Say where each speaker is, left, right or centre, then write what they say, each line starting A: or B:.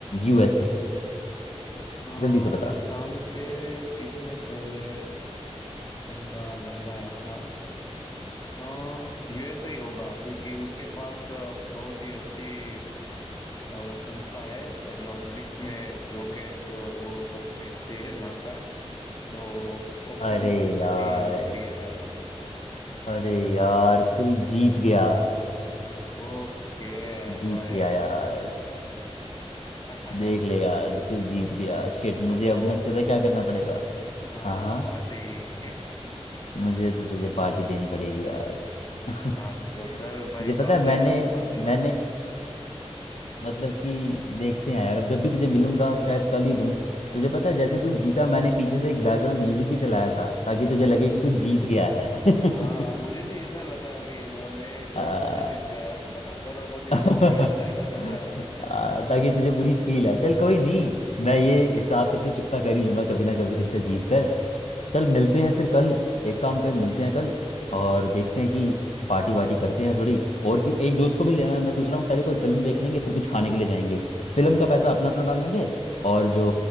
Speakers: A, on the left (about 80°); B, on the left (about 35°).
A: यूएसए
B: अ,
A: जल्दी से बता
B: चांद पे किसने पहले झंडा लहराया था यूएसए ही होगा क्योंकि उसके पास अ, बहुत ही अच्छी अ, संस्था है अ, जो अंतरिक्ष में रॉकेट अ, वो सब भेजती है नासा तो ऑप्शन
A: अरे यार
B: डी लॉक किया जाए
A: अरे यार तू जीत गया
B: ओके
A: तू जीत
B: भाई
A: गया यार
B: <laughs>
A: देख ले यार तू जीत गया
B: तो
A: शिट
B: तो
A: मुझे
B: तो
A: अब ना पता क्या करना पड़ेगा
B: हाँ
A: हाँ हाँ
B: पार्टी <laughs>
A: मुझे तो तुझे पार्टी देनी पड़ेगी यार <laughs>
B: हाँ तो चल
A: तुझे
B: भाई
A: पता
B: कब
A: है मैंने
B: दे रहा है पार्टी
A: मैंने मतलब कि देखते हैं यार अब जब भी तुझे मिलूंगा शायद कल ही दूं तुझे पता है जैसे तू जीता मैंने पीछे से एक बैकग्राउंड म्यूजिक भी चलाया था ताकि तुझे लगे कि तू जीत गया है <laughs>
B: हाँ मुझे भी ऐसा लगा कि म- मैं करोड़पति
A: आ,
B: जीत गया <laughs> करोड़पति
A: आ,
B: शो में आता है ना वैसा
A: ताकि तुझे पूरी फील आए चल कोई नहीं मैं ये हिसाब तेरे से चुकता कर ही लूंगा कभी ना कभी तुझसे जीत कर चल मिलते हैं फिर कल एक काम कर मिलते हैं कल और देखते हैं कि पार्टी वार्टी करते हैं थोड़ी और कि एक दोस्त को भी लेना है। मैं सोच रहा हूँ पहले कोई फिल्म देख लेंगे फिर कुछ खाने के लिए जाएंगे फिल्म का पैसा अपना अपना डालेंगे और जो